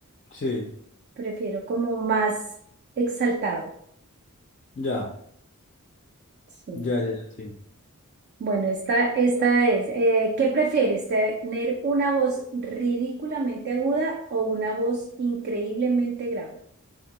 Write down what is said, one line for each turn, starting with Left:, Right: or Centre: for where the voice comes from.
Left: sí,
Right: prefiero como más exaltado.
Left: ya,
Right: Sí.
Left: ya, ya, ya, sí.
Right: Bueno, esta, esta es, eh, ¿qué prefieres, tener una voz ridículamente aguda o una voz increíblemente grave?